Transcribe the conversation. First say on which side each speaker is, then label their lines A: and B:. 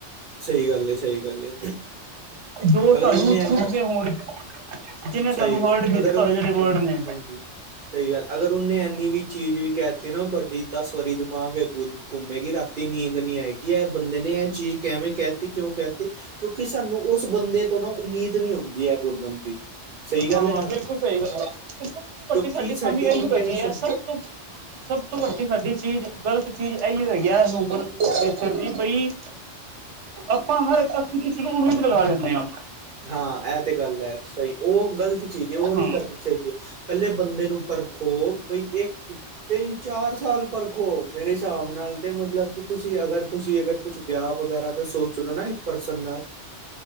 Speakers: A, on the right; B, on the right.
A: ਸਹੀ ਗੱਲ, ਏ ਸਹੀ ਗੱਲ ਏ।
B: ਜੋ
A: ਅਗਰ
B: ਸਾਨੂੰ
A: ਉਨੁੰ
B: ਚੁਭਦੇ ਹੋਣ ਜਿਹਨੇ
A: ਸਹੀ
B: ਸਾਨੂੰ
A: ਗੱਲ
B: ਹਰਟ ਕੀਤਾ
A: ਅਗਰ ਹੁ
B: ਹੋਏ ਜਿਹੜੇ
A: ਹਾਂ।
B: ਵਰਡ ਨੇ
A: ਹਾਂਜੀ। <inaudible> ਸਹੀ ਗੱਲ, ਅਗਰ ਉਹਨੇ ਇੰਨੀ ਵੀ ਚੀਜ਼ ਵੀ ਕਹਿ ਦਿੱਤੀ ਨਾ, ਤੁਹਾਡੀ ਦਸ ਵਾਰੀ ਦਿਮਾਗ ਘੁੰਮੇਗੀ, ਰਾਤੀ ਨੀਂਦ ਨਹੀਂ ਆਏਗੀ, ਇਹ ਬੰਦੇ ਨੇ ਇਹ ਚੀਜ਼ ਕਿਵੇਂ ਕਹਿ ਦਿੱਤੀ, ਕਿਉਂ ਕਹਿਤੀ। ਕਿਉਂਕਿ ਸਾਨੂੰ ਉਸ ਬੰਦੇ ਤੋਂ ਨਾ ਉਮੀਦ ਨਹੀਂ ਹੁੰਦੀ, ਐ ਬੋਲਣ ਦੀ। ਸਹੀ ਗੱਲ
B: ਹਾਂ,
A: ਹੈ ਨਾ
B: ਬਿਲਕੁਲ ਸਹੀ ਗੱਲ ਹੈ,
A: ਕਿਉਂਕਿ
B: ਤੇ ਸਾਡੀ ਖਾਮੀ ਇਹੀ
A: ਇੰਟੈਂਸ਼ਨ
B: ਹੈਗੀ ਹੈ। ਸਭ ਤੋਂ ਸਭ ਤੋਂ ਵੱਡੀ ਸਾਡੀ ਚੀਜ਼ ਗਲਤ ਚੀਜ਼ ਇਹੀਓਂ ਹੈਗੀ ਐ। ਹਊਮ ਨਰ ਜ ਬਈ ਆਪਾਂ ਹਰ ਇੱਕ ਕਿਸੇ ਨੂੰ ਉਮੀਦ ਲਗਾ ਲੈਨੇ ਆਂ।
A: ਹਾਂ। ਇਹ ਤੇ ਗੱਲ ਹੈ। ਸਹੀ ਉਹ ਗ਼ਲਤ ਚੀਜ਼ ਹੈ ਉਹ ਨਹੀਂ
B: ਹਾਂ
A: ਕਰਨੀ। ਚਾਹੀਦੀ ਹੈ। ਪਹਿਲੇ ਬੰਦੇ ਨੂੰ ਪਰਖੋ। ਬਈ ਇਹ ਤਿੰਨ- ਚਾਰ ਸਾਲ ਪਰਖੋ, ਮੇਰੇ ਹਿਸਾਬ ਨਾਲ ਤੇ ਮਤਲਬਕਿ ਤੁਸੀ ਅਗਰ, ਤੁਸੀਂ ਅਗਰ ਕੁਛ ਵਿਆਹ ਵਗੈਰਾ ਤਾਂ ਸੋਚ ਲੋ ਨਾ ਇੱਕ ਪਰਸਨ ਨਾਲ,